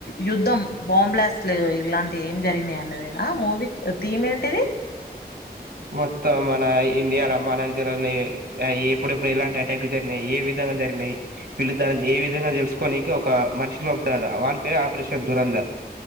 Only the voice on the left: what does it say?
యుద్ధం బాం బ్లాస్ట్లు ఇలాంటి ఏం జరిగినాయి అన్నదేనా మూవీ థీమ్ ఏంటి ది